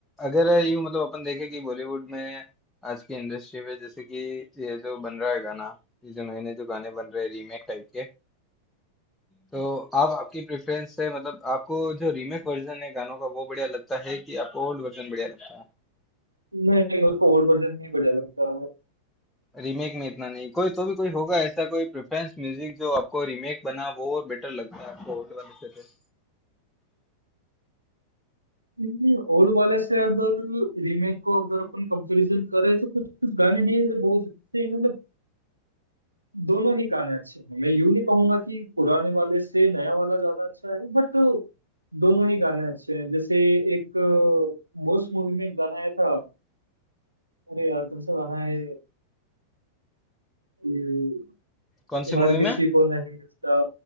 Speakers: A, in the centre; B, on the right.
A: अगर यूं मतलब अपन देखें कि बॉलीवुड में आज की इंडस्ट्री में जैसे कि ये जो बन रहा है गाना ये जो नए नए जो गाने बन रहे हैं रीमेक टाइप के तो आप आपकी प्रेफरेंस से मतलब आपको जो रीमेक वर्जन है गानों का वो बढ़िया लगता है कि आपको ओल्ड वर्जन बढ़िया लगता है
B: नहीं उसको ओल्ड वर्जन ही बढ़िया लगता
A: रीमेक में इतना नहीं कोई तो भी कोई होगा ऐसा कोई प्रेफरेंस म्यूजिक जो आपको रीमेक बना वो और बेटर लगता है आपको ओल्ड वाले से तो।
B: है ओल्ड वाले से अगर रीमेक को अगर अपन कंपैरिजन करें तो कुछ कुछ गाने हैं जो बहुत अच्छे हैं मतलब दोनों ही गाने अच्छे हैं मैं यूं नहीं कहूंगा कि पुराने वाले से नया वाला ज्यादा अच्छा है बट दोनों ही गाने अच्छे हैं जैसे एक मोस्ट मूवी में एक गाना आया था अरे यार कौन सा गाना है कि
A: कौन सी
B: हर
A: मूवी
B: किसी
A: में
B: को नहीं मिलता